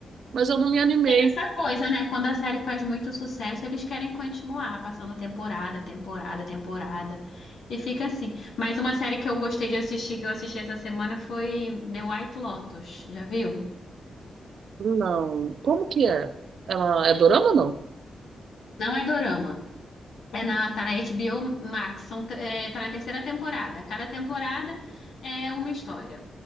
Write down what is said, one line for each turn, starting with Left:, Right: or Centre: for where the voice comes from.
Right: mas eu não me animei.
Left: Tem essa coisa, né? Quando a série faz muito sucesso, eles querem continuar passando temporada, temporada, temporada. E fica assim. Mas uma série que eu gostei de assistir, que eu assisti essa semana, foi The White Lotus. Já viu?
Right: Não. Como que é? Ela é dorama ou não?
Left: Não é dorama. É na, tá na HBO Max. São, te- é, tá na terceira temporada. Cada temporada é uma história.